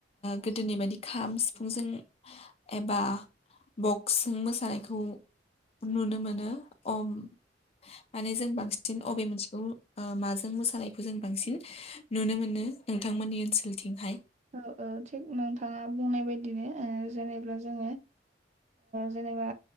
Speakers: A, on the left; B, on the right.
A: गोदोनि बायदि खाम सिफुंजों एबा बक्सिं मोसानायखौ नुनो मोनो अम माने जों बांसिन अबे मोनसेखौ माजों मोसानायखौ जों बांसिन नुनो मोनो नोंथांमोननि ओनसोलथिंहाय
B: औ औ थिग नोंथांङा बुंनाय बायदिनो जेनेबा जोंङो जेनेबा